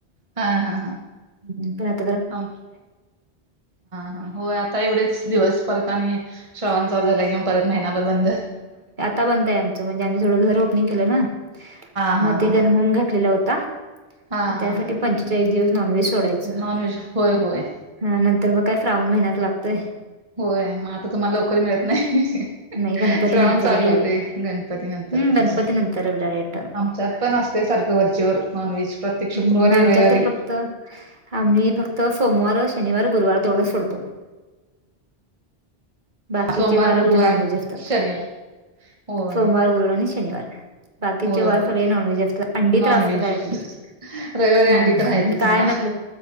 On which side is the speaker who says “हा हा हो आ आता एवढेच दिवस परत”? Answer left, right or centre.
Right